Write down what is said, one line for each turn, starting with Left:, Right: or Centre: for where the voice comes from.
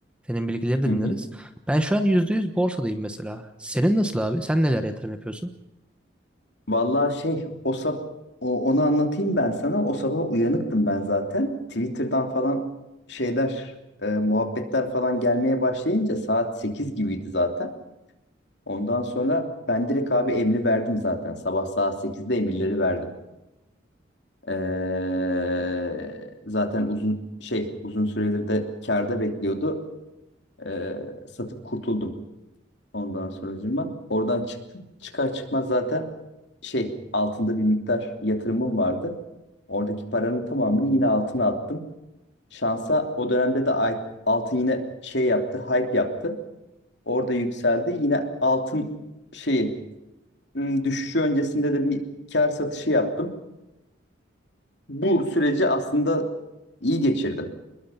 Centre: Senin bilgileri de
Left: hı
Centre: dinleriz.
Left: hı.
Centre: Ben şu an yüzde yüz borsadayım mesela. Senin nasıl abi? Sen neler yatırım yapıyorsun?
Left: Vallahi şey o sab o- onu anlatayım ben sana. O sabah uyanıktım ben zaten. Twitter'dan falan şeyler e, muhabbetler falan gelmeye başlayınca saat 8 gibiydi zaten. Ondan sonra ben direkt abi emri verdim zaten. Sabah saat sekizde emirleri verdim. Ee, zaten uzun şey uzun süredir de kârda bekliyordu. Ee, satıp kurtuldum. Ondan sonracığıma oradan çıktım. Çıkar çıkmaz zaten şey altında bir miktar yatırımım vardı. Oradaki paranın tamamını yine altına attım. Şansa o dönemde de ay- altın yine şey yaptı, hype yaptı. Orada yükseldi. Yine altın şeyi ım, düşüşü öncesinde de bir kar satışı yaptım. Bu süreci aslında iyi geçirdim.